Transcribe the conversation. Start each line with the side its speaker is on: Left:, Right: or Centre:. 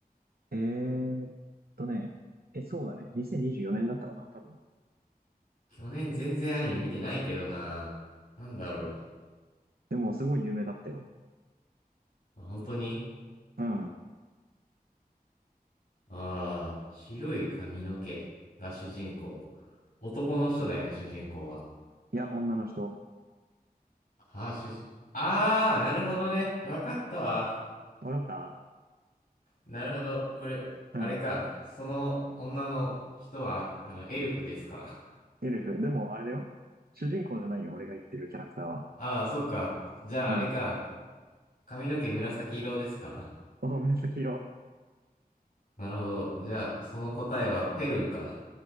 Right: えーっとね。え、そうだね。2024年だったかな、多分。
Left: 去年全然アニメ見てないけどな。なんだろ
Right: でも、すごい有名だったよ。
Left: う。まあ本当に
Right: うん。
Left: ああー、白い髪の毛が主人公。男の人だよね、
Right: うん
Left: 主人公は。
Right: いや、女の人。
Left: ああ、主人、ああ、なるほどね。わかったわ。
Right: わかっ
Left: なるほど。これ、
Right: たうん。
Left: あれか。その女の人は、あの、エルフですか。
Right: エルフ。でも、あれだよ。主人公じゃないよ、俺が言ってるキャラクターは。
Left: ああ、そっか。じゃあ、
Right: うん。
Left: あれか。髪の毛紫色ですか
Right: そう、紫色。
Left: なるほど。じゃあ、その答えはフェルンか。